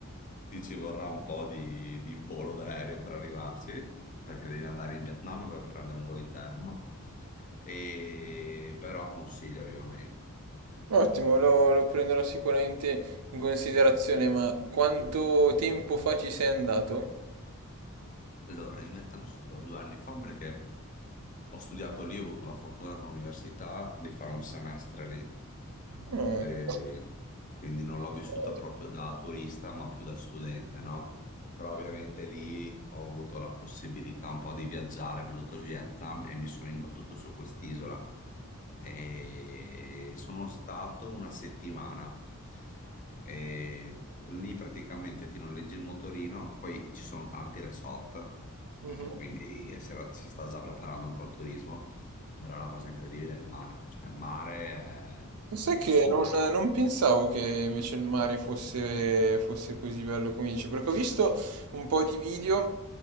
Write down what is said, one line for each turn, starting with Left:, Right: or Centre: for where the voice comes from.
Left: ti ci vorrà un po' di, di volo d'aereo per arrivarci, perché devi andare in Vietnam e poi prendere un volo interno, e... però consiglio vivamente.
Right: Ottimo, lo, lo prenderò sicuramente in considerazione, ma quanto tempo fa ci sei andato?
Left: Allora, in Vietnam sono stato due anni fa perché ho studiato lì, ho avuto la fortuna con l'università di fare un semestre lì,
Right: Ah,
Left: e
Right: che...
Left: quindi non l'ho vissuta
Right: bello.
Left: proprio da turista, ma più da studente, no? Però ovviamente lì ho avuto la possibilità un po' di viaggiare per tutto il Vietnam e mi sono imbattuto su quest'isola. E sono stato una settimana. E lì praticamente ti noleggi il motorino, poi ci sono tanti resort,
Right: Mhm.
Left: eh, quindi si era- si sta già preparando un po' il turismo, però la cosa incredibile è il mare, cioè il mare è,
Right: E Sai
Left: è
Right: che
Left: assurdo.
Right: non, non pensavo che invece il mare fosse, fosse così bello come dice, perché ho visto un po' di video